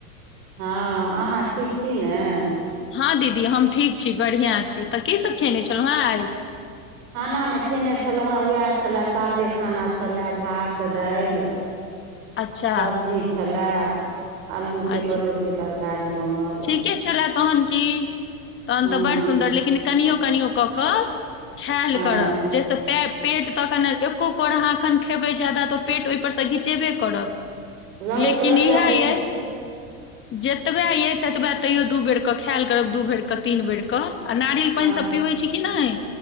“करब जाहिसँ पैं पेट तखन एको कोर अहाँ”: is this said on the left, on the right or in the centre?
Left